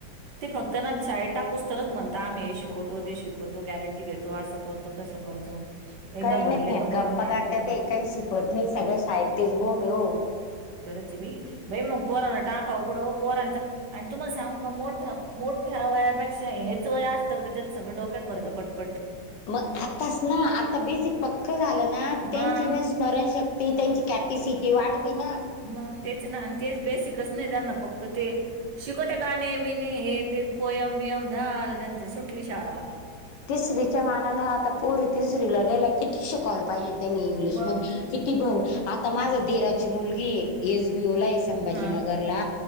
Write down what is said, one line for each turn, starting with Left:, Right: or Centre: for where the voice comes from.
Right: ते फक्त ना शाळेतटाकूस तरच म्हणता आमही हे शिकवतो ते शिकवतो गॅरंटी घेतो. तो असं करतो, तसं करतो एकदा
Left: काही नाही
Right: भरले
Left: फेकाप्पा
Right: का भरून टाकते
Left: करत ते काही शिकवत नाही सगळ्या शाळेत तेच बोम हाय ओ.
Right: खरंच ये बई मग पोरांना टाकाव कुड पोरांच आणि तुमला सांग का मोठ मोठ्या वयापेक्षा हेच वया असतं का तेच्यात सगळ डोक्यात भरच पडत पट
Left: मग आताच ना आता बेसिक पक्क झालं ना त्यांची
Right: मग
Left: वे स्मरणशक्ती त्यांची कॅपेसिटी वाढती ना.
Right: मग तेच ना तेच बेसिकच नाही त्यांना पक्क ते. शिकवत गाणे बिणे हे ते पोयम बियम झालं त्यांच सुटली शाळा.
Left: तिसरीच्या मानानं आता पोरी तिसरीला गेल्या किती शिकवायला पाहिजे त्यांनी इंग्लिशमध्ये.
Right: मग
Left: किती भर आता माझा दीराची मुलगी एस बी ओ लाय. संभाजीनगरला
Right: हा